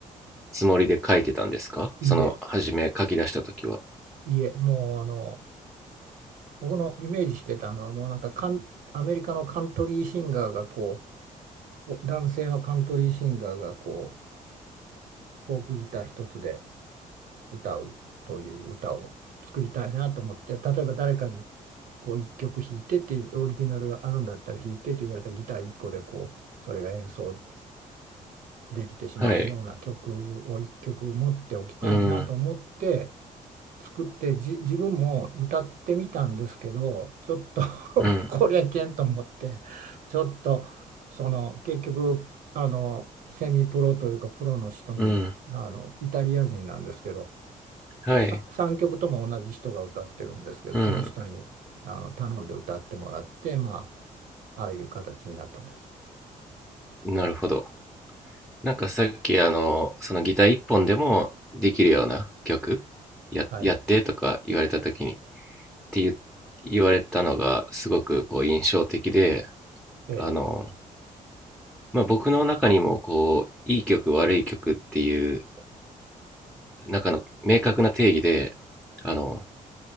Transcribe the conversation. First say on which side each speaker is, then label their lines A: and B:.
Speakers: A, in the centre; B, on the right.
A: つもりで書いてたんですかその初め書き出した時は
B: いえ、いえ、もうあの、僕のイメージしてたのは、もうなんかカン、アメリカのカントリーシンガーがこう、お男性のカントリーシンガーがこう、フォークギター一つで歌うという歌を作りたいなと思って、例えば誰かにこう一曲弾いてっていう、オリジナルがあるんだったら弾いてって言われたらギター一個でこう、それが演奏できてしまうような曲を一曲持っておきたいなと思って
A: はいうん
B: 作ってじ自分も歌ってみたんですけどちょっと
A: うん
B: <laughs> これいけんと思ってちょっとその結局あのセミプロというかプロの人にあのイタリア人なんですけど
A: うんはい
B: さ3曲とも同じ人が歌ってるんですけどその人にあの頼んで歌ってもらってま
A: うん
B: あああいう形になったんです。
A: なるほどなんかさっきあのそのギター一本でもできるような曲ややってとか言われた時にっ
B: はい、
A: て言って言われたのがすごくこう印象的で
B: で
A: あの、まあ、僕の中にもこういい曲悪い曲っていう中の明確な定義で、あの、